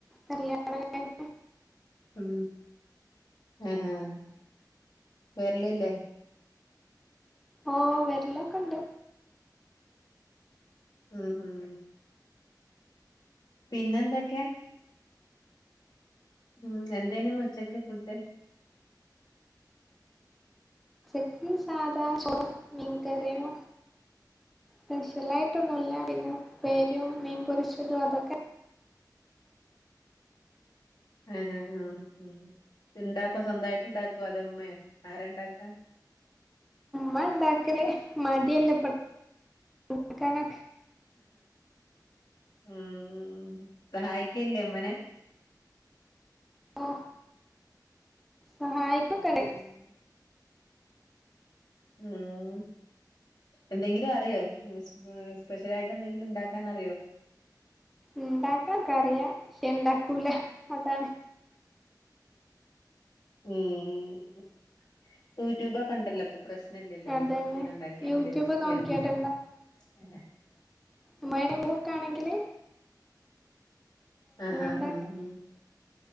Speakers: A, in the centre; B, on the left (about 70°).
A: കല്യാണ <unintelligible>
B: ഉം എ ആഹ് വെരലില്ലേ?
A: ഓഹ് വെരലൊക്കെണ്ട്
B: ഉം ഉം പിന്നെന്തൊക്കെയാ? ഊം. എന്തേനിന്നുച്ചക്ക് ഫുഡ്ഡ്?
A: ച്ചക്ക് സാദാ ചോറും മീങ്കറിയു പെഷ്യലായിട്ടൊന്നുല്ല പിന്നെ ഉപേര്യും മീൻ പൊരിച്ചതും അതൊക്കെ
B: ഏഹ് ഏ ആഹ് ആഹ് ത്ണ്ടാക്കോ സ്വന്തായിട്ട് ണ്ടാക്കോ അതോ മ്മേ? ആരാണ്ടാക്കാ?
A: മ്മാ ണ്ടാക്കല് ഹ് മടിയല്ലെപ്പൾ <unintelligible> ക്കാന
B: ഊം സഹായിക്കല്ലേ മ്മനെ?
A: ഓഹ് സഹായിക്കൊക്കണ്ട്
B: ഉം ഊം എന്തെങ്കിലും അറിയോ ഉം സ് സ്പെഷ്യലായിട്ടന്തെങ്കിലും ണ്ടാക്കാനറിയോ?
A: ണ്ടാക്കാൻക്കറിയ ക്ഷെ ണ്ടാക്കൂല അതാണ്
B: ഊം യൂടൂബൊക്ക ണ്ടല്ലൊ പ്പ പ്രസ് നംല്ലല്ലോ അയ്ല്
A: അതന്നെ
B: നോക്കി ങ്ങനെണ്ടാക്കിയാ
A: യൂട്യൂബ്
B: മതിയല്ലോ
A: നോക്കിയാട്ട്
B: യെൻ <unintelligible>
A: ഉമ്മായുടെ മൂക്കാണെങ്കില്
B: അ ആഹ്
A: ഉണ്ടാക്കും
B: അ ഉം